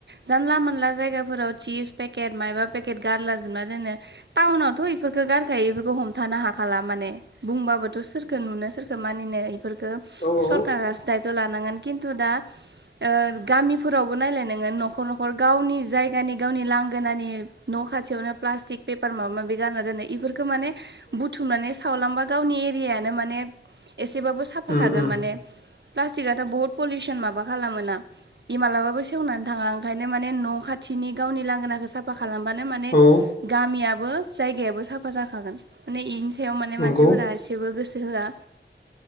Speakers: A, on the right; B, on the left.
A: जानला मानला जायगा फोराव चिप्स पेकेट मायाबा पेकेट गारलाजोबना दोनो टाउनावथ' इफोरखौ गारखायो इफोरखौ हमथानो हाखाला माने बुंबाबोथ' सोरखौ नुनो सोरखौ मानिनो इफोरखो
B: औ
A: सरकारासो दाइ थ लानांगोन किन्थु दा ओ गामिफोरावबो नायलाय नोङो न'खर न'खर गावनि जाय गानि गावनि लांगोनानि न' खाथियावनो प्लास्टिक पेपार माबा माबि गारना दोननाय इफोरखौ माने बुथुमनानै सावलांबा गावनि यानो माने एसेबाबो साफा
B: उम
A: थागोन
B: उम
A: माने प्लास्टिकआथ' बुहुत पलिउसन माबा खालामोना इ मालाबाबो सेवनानै थाङा ओंखायनो माने न' खा थिनि गावनि लांगोनाखौ साफा खा खालामबानो माने
B: औ
A: गामिया बो जायगायाबो साफा जाखागोन माने इनि सायाव माने
B: नंगौ
A: मानसिफोरा एसेबो गोसो होया।